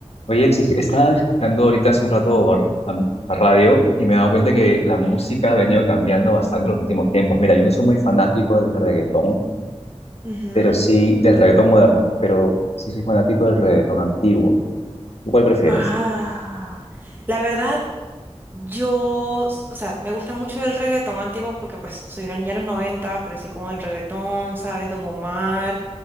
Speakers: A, on the left; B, on the right.
A: Oye, ex- estaba escuchando ahorita hace un rato la, la radio y me he dado cuenta que la música ha venido cambiando bastante en los últimos tiempos. Mira, yo no soy muy fanático del reggaetón,
B: Ujú.
A: pero sí del reggaetón moderno, pero sí soy fanático del reggaetón antiguo. ¿Tú cuál prefieres?
B: Ah, la verdad, yo, s- o sea, me gusta mucho el reggaetón antiguo porque pues soy una niña de los 90 crecí con el reggaetón, ¿sabes? Don Omar,